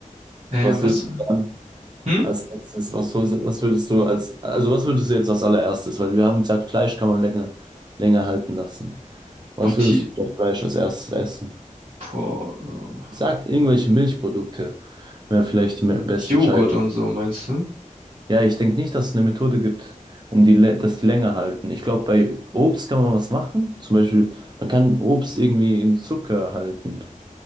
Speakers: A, on the right (about 50°); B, on the right (about 30°).
A: Ähm,
B: Was
A: was?
B: würdest du an
A: Hm?
B: als letztes, was, hol- was würdest du als, also was würdest du jetzt als allererstes? Weil wir haben gesagt, Fleisch kann man länger, länger halten lassen. Was
A: Boah,
B: würdest
A: die,
B: du statt Fleisch als erstes essen?
A: boah, äh,
B: Ich sag, irgendwelche Milchprodukte wäre vielleicht die me- beste
A: Joghurt
B: Entscheidung.
A: und so, meinst du?
B: Ja, ich denke nicht, dass es eine Methode gibt, um die, lä- dass die länger halten. Ich glaube, bei Obst kann man was machen. Zum Beispiel, man kann Obst irgendwie in Zucker halten.